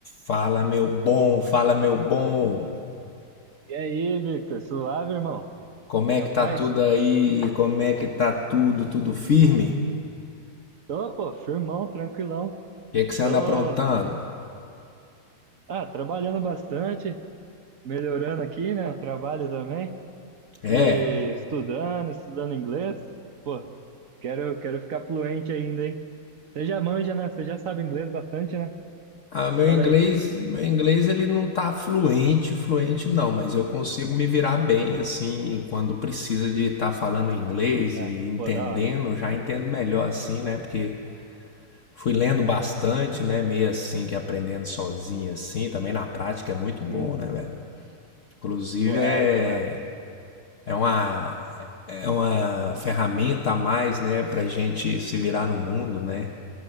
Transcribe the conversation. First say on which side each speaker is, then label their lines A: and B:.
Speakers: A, on the left (about 50°); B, on the right (about 50°).
A: Fala, meu bom, fala, meu bom.
B: E aí, Victor, suave, irmão?
A: Como é
B: Na
A: que
B: paz?
A: tá tudo aí? Como é que tá tudo? Tudo firme?
B: Tô, pô, firmão, tranquilão.
A: O que é que você
B: Tô,
A: anda aprontando?
B: ah, trabalhando bastante, melhorando aqui, né, o trabalho também.
A: É,
B: E estudando, estudando inglês. Pô, quero, quero ficar fluente ainda, hein? Você já manja, né? Você já sabe inglês bastante, né?
A: ah, meu
B: Fala
A: inglês,
B: aí.
A: meu inglês ele não tá fluente, fluente não, mas eu consigo me virar bem assim quando precisa de
B: Sim.
A: estar falando inglês
B: É,
A: e entendendo,
B: pô, da hora.
A: já entendo melhor assim, né? Porque fui lendo bastante, né? Meio assim que aprendendo sozinho assim, também na prática é muito bom,
B: Sim.
A: né, velho? Inclusive
B: Pô, é,
A: é
B: então, é.
A: é uma É uma ferramenta a mais, né, pra gente se virar no mundo, né?